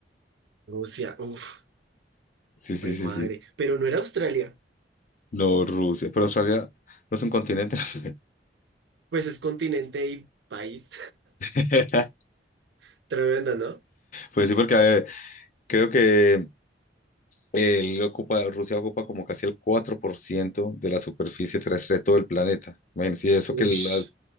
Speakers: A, on the right; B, on the left.
A: Rusia, uf,
B: Sí, sí,
A: mi
B: sí,
A: madre.
B: sí.
A: Pero no era Australia.
B: No, Rusia, pero Australia no es un continente, <laughs> no sé.
A: Pues es continente y país.
B: <laughs>
A: <laughs> Tremendo, ¿no?
B: Pues sí, porque a ver, Creo que él ocupa, Rusia ocupa como casi el 4% de la superficie terrestre de todo el planeta. Imagínense, y eso
A: Ush,
B: que, la-